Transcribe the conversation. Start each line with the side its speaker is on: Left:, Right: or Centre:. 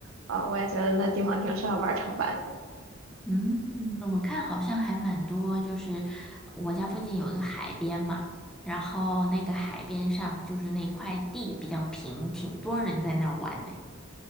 Right: 呃，我也觉得那地方挺适合玩长板的。
Centre: 嗯，我看好像还蛮多，就是我家附近有一个海边嘛，然后那个海边上就是那块地比较平，挺多人在那玩的。